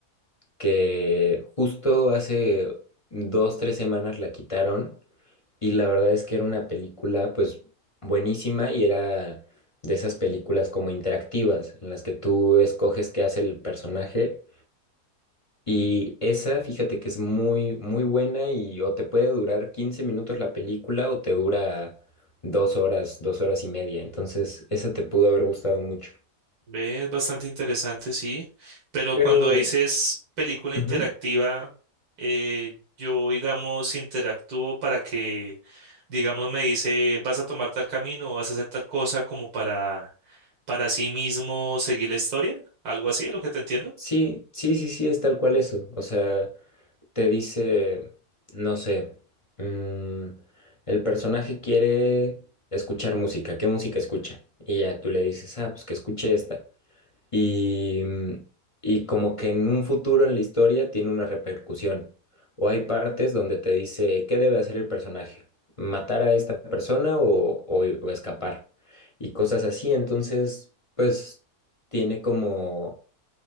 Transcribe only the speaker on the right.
Ve, es bastante interesante, sí. Pero
cuando dices película
interactiva, eh, yo, digamos, interactúo para que, digamos, me dice, vas a tomar tal camino o vas a hacer tal cosa como para, para sí mismo seguir la historia. Algo así, es lo que te entiendo.